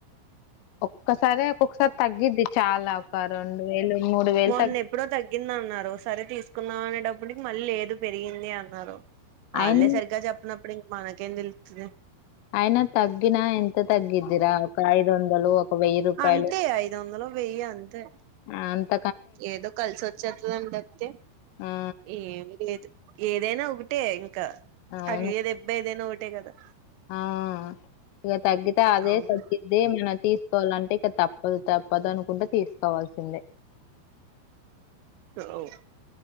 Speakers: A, on the left; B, on the right.
A: ఒక్కసారి ఒక్కొక్కసారి తగ్గిద్ది చాలా ఒక రెండు వేలు మూడు వేలు
B: మొన్న
A: తగ్గి
B: ఎప్పుడో తగ్గింది అన్నారు సరే తీసుకుందాం అనే టప్పు ప్పడికి మళ్ళీ లేదు పెరిగింది అన్నారు వాళ్ళే
A: అయిన
B: సరిగ్గా చెప్పినప్పుడు ఇంక మనకేం తెలుస్తది
A: అయినా తగ్గిన ఎంత తగ్గిద్ది రా ఒక ఐదు వందలు వెయ్యి రూపాయలు
B: అంతే ఐదు వందలు వెయ్యి అంతే
A: అంతే అంత
B: ఏదో కలిసి <unintelligible>
A: ఆ
B: ఏమి లేదు ఏదైనా ఒకటే ఇంకా
A: అవును
B: అ ఏ దెబ్బ ఏదైనా ఒకటే కదా
A: ఆ ఇగా తగ్గితే అదే
B: అవును
A: తగ్గిద్ది నేను తీసుకోవాలంటే ఇక తప్పదు తప్పదు అనుకుంటే తీసుకోవాల్సిందే
B: అవ్